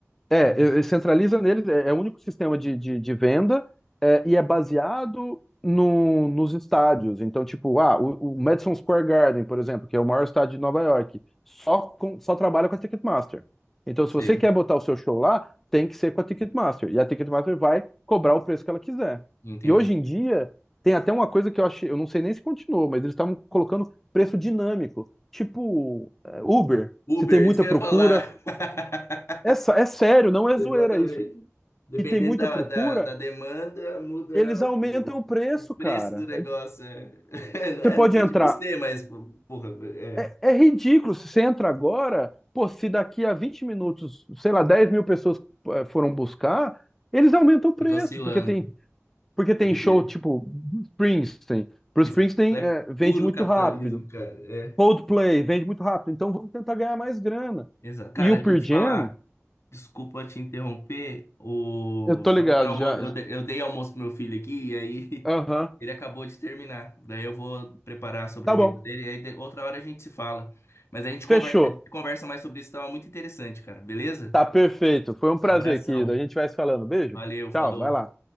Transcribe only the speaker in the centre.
é,
e- e centraliza neles, é, é o único sistema de, de, de venda é, e é baseado no, nos estádios. Então, tipo, ah, o, o Madison Square Garden, por exemplo, que é o maior estádio de Nova York, só, com, só trabalha com a Ticketmaster. Então, se
você quer botar o seu show lá, tem que ser com a Ticketmaster. E a Ticketmaster vai cobrar o preço que ela quiser.
E hoje em dia, tem até uma coisa que eu achei, eu não sei nem se continuou, mas eles estavam colocando preço dinâmico. Tipo, é, Uber.
Se tem muita
procura,
é, sa- é sério, não é
zoeira isso.
E tem muita
procura,
eles aumentam
o preço,
cara.
Você
pode
entrar.
É, é ridículo. Se você entra agora, pô, se daqui a 20 minutos, sei lá, 10 mil pessoas eh, foram buscar, eles aumentam o
preço,
porque tem, porque tem
show tipo Springsteen. Pro
Springsteen,
eh, vende
muito
rápido.
Coldplay vende muito rápido. Então vamos tentar ganhar mais grana.
E o
Pearl
Jam,
eu tô ligado
já.
Aham.
Tá bom.
Fechou.
Tá perfeito. Foi um prazer,
querido. A gente vai se falando. Beijo.
Tchau, vai lá.